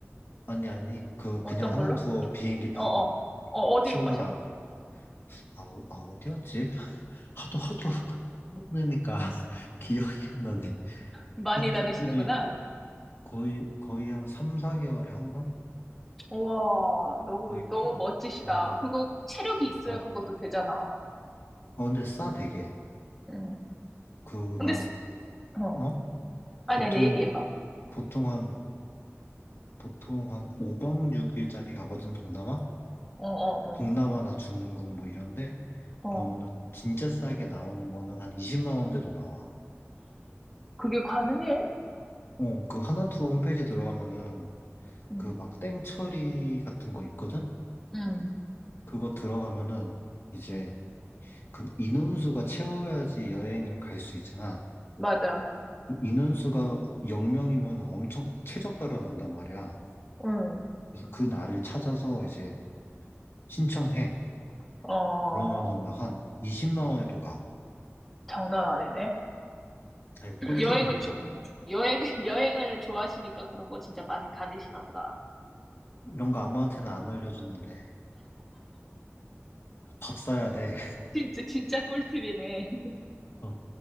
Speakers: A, on the left; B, in the centre.
A: 아니, 아니, 그,
B: 어떤
A: 그냥 하나
B: 걸로?
A: 투어 비행기 타고
B: 어어. 어, 어, 어디로
A: 친구랑,
B: 가셔?
A: 아, 어, 아 어디였지? 하도, 하도, 하도 보내니까 <laughs> 기억이 안 나네.
B: 많이
A: 하여튼,
B: 다니시는구나.
A: 저기, 거의, 거의 한 3, 4개월에 한 번?
B: 와, 너무,
A: 거의
B: 너무
A: 팩,
B: 멋지시다.
A: 어,
B: 그거, 체력이 있어야
A: 어.
B: 그것도 되잖아.
A: 어, 근데 싸, 되게.
B: 응.
A: 그,
B: 근데,
A: 막,
B: 스- 어.
A: 어?
B: 아니,
A: 보통,
B: 아니, 얘기해봐.
A: 보통 한, 보통 한 5박 6일짜리 가거든, 동남아?
B: 어, 어,
A: 동남아나 중국 뭐 이런데?
B: 어.
A: 그러면은
B: 어.
A: 진짜 싸게 나오는 거는 한 20만 원대도 나와.
B: 그게 가능해?
A: 어, 그 하나투 홈페이지 들어가면은
B: 응.
A: 그 막 땡처리 같은 거 있거든?
B: 응.
A: 그거 들어가면은 이제 그 인원수가 채워야지 여행을 갈 수 있잖아.
B: 맞아.
A: 그 인원수가 0명이면 엄청 최저가로 나온단 말이야.
B: 응.
A: 그래서 그 날을 찾아서 이제 신청해.
B: 어,
A: 그러면은 막 한 20만 원에도 가.
B: 장난 아니네.
A: 아, 이거 꿀팁인데.
B: 여행을 좋, 어. 여행, <laughs> 여행을 좋아하시니까 그런 거 진짜 많이 다니시나 보다.
A: 이런 거 아무한테나 안 알려주는데. 밥 사야 돼.
B: 진짜, 진짜 꿀팁이네. <laughs>
A: <laughs> 어,